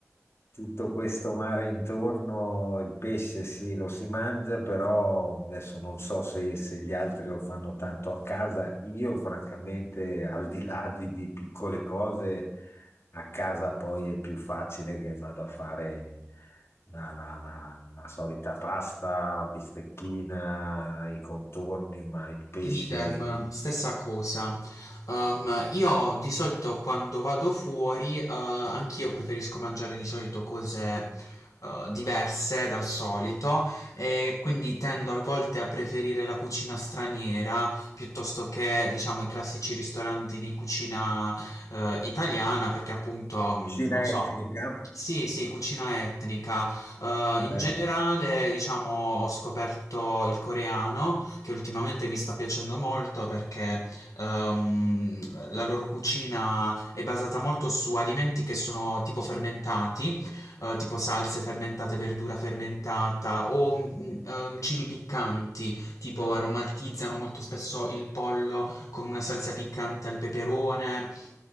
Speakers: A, on the left; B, on the left.
A: tutto questo mare intorno, il pesce sì, lo si mangia, però adesso non so se, se gli altri lo fanno tanto a casa. Io, francamente, al di là di, di piccole cose, a casa poi è più facile che vado a fare la, la- la- la solita pasta, la bistecchina, i contorni, ma il pesce.
B: Idem, stessa cosa. Ehm, io di solito quando vado fuori, eh, anch'io preferisco mangiare di solito cose, eh, diverse dal solito e quindi tendo a volte a preferire la cucina straniera piuttosto che, diciamo, i classici ristoranti di cucina, eh, italiana perché appunto, mh,
A: Cucina
B: non so.
A: etnica,
B: Sì, sì, cucina etnica. Eh, in
A: bello.
B: generale, diciamo, ho scoperto il coreano che ultimamente mi sta piacendo molto perché ehm, la loro cucina è basata molto su alimenti che sono tipo fermentati, eh, tipo salse fermentate, verdura fermentata o mm, ehm, cibi piccanti, tipo aromatizzano molto spesso il pollo con una salsa piccante al peperone